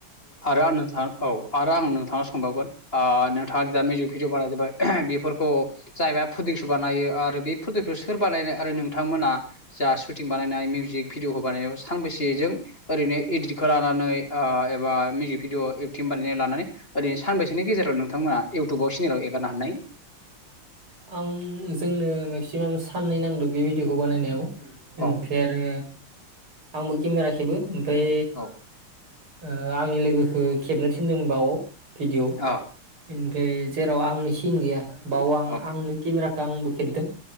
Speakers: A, on the left; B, on the right.
A: आरो आं नोंथां औ आरो आं नोंथांनाव सोंबावगोन आ नोंथांङादि दा मिउजिक भिडिअ बानायदोंबाय बेफोरखौ जायबाय प्रदिक्स बानायो आरो। बे फ्रदिउसखौ सोर बानायनाय आरो नोंथांमोना जा सुटिं बानायनाय मिउजिक भिडिअखौ बानायनायाव सानबैसे जों जों ओरैनो इद्रिगजों खौ लानानै एबा मिउजिक भिडिय' एक्टिं बानायनानै लानानै ओरैनो सानबैसोनि गेजेराव नोंथांमोना इउटुबाव सिनेलाव एगारनो हानाय
B: आं जोंनो मेक्सिमाम साननै नांदों बे भिडिअखौ बानायनायाव ओमफ्राय
A: औ
B: आरो आंबो केमेराखेबो ओमफाय
A: औ
B: ओ आंनि लोगोखौ खेबनो थिनदों बाव भिडिअ'
A: अ
B: ओमफ्राय जेराव आंनि सिन गैया बाव आं
A: औ
B: आंनो केमेराखौ आंबो खेबदों